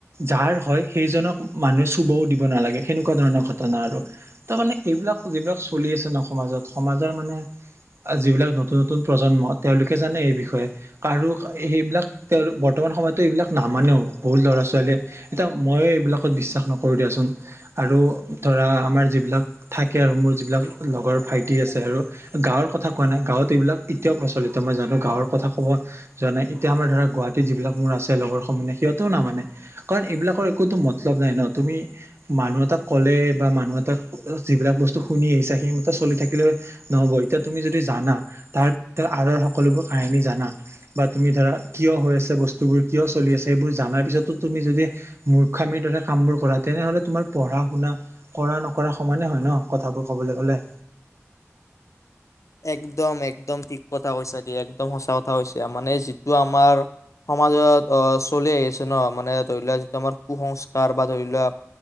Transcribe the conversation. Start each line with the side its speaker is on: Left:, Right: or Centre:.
Right: যাৰ হয় সেইজনক মানুহে চুবও দিব নালাগে সেনেকুৱা ধৰণৰ ঘটনা আৰু। তাৰ মানে এইবিলাক যিবিলাক চলি আছে ন সমাজত সমাজৰ মানে যিবিলাক নতুন নতুন প্ৰজন্ম তেওঁলোকে জানে এই বিষয়ে। কাৰো সেইবিলাক তেওঁ বৰ্তমান সময়তো এইবিলাক নামানেও বহুত ল'ৰা ছোৱালীয়ে এতিয়া ময়ো এইবিলাকত বিশ্বাস নকৰো দিয়াচোন। আৰু ধৰা আমাৰ যিবিলাক থাকে আৰু মোৰ যিবিলাক লগৰ ভাইটি আছে আৰু। গাঁৱৰ কথা কোৱা নাই, গাঁৱত এইবিলাক এতিয়াও প্ৰচলিত মই জানো গাঁৱৰ কথা কব জানে এতিয়া আমাৰ ধৰা গুৱাহাটীত যিবিলাক মোৰ আছে লগৰ সমহে সিহঁতেও নামানে। কাৰণ এইবিলাকৰ একোতো মতলব নাই ন, তুমি মানুহ এটাক ক'লে বা মানুহ এটা <inaudible> যিবিলাক বস্তু শুনি আহিছা সেইমতে চলি থাকিলে নহব এতিয়া তুমি যদি জানা তাৰপিছত আৰৰ সকলোবোৰ কাহিনী জানা বা তুমি ধৰা কিয় হৈ আছে বস্তুবোৰ, কিয় চলি আছে সেইবোৰ জনাৰ পিছতো তুমি যদি মূৰ্খামিৰ দৰে কাম বোৰ কৰা, তেনেহলে তোমাৰ পঢ়া শুনা কৰা নক নকৰা সমানেই হয় ন, কথাবোৰ ক'বলে গ'লে।
Left: একদম একদম ঠিক কথা কৈছা দিয়া, একদম সঁচা কথা কৈছা মানে যিটো আমাৰ সমাজত অ চলি আহি আছে ন, মানে ধৰি লোৱা যিটো আমাৰ কুসংস্কাৰ বা ধৰি লোৱা